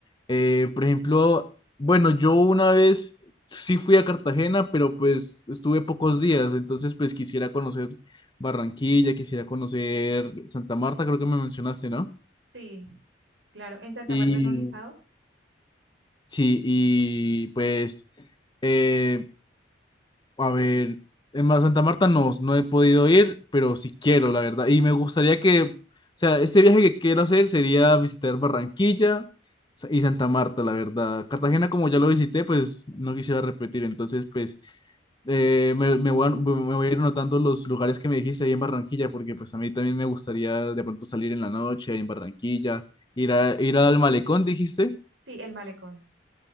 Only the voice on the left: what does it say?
Eh, por ejemplo, bueno, yo una vez sí fui a Cartagena, pero pues estuve pocos días, entonces pues quisiera conocer Barranquilla, quisiera conocer Santa Marta, creo que me mencionaste, ¿no?
Y
sí, y pues... Eh, A ver, en Mar Santa Marta no, no he podido ir, pero sí quiero, la verdad. Y me gustaría que, o sea, este viaje que quiero hacer sería visitar Barranquilla sa- y Santa Marta, la verdad. Cartagena, como ya lo visité, pues no quisiera repetir. Entonces, pues, eh, me, me voy a, me voy a ir anotando los lugares que me dijiste ahí en Barranquilla, porque pues a mí también me gustaría de pronto salir en la noche ahí en Barranquilla, ir a, ir al malecón, dijiste.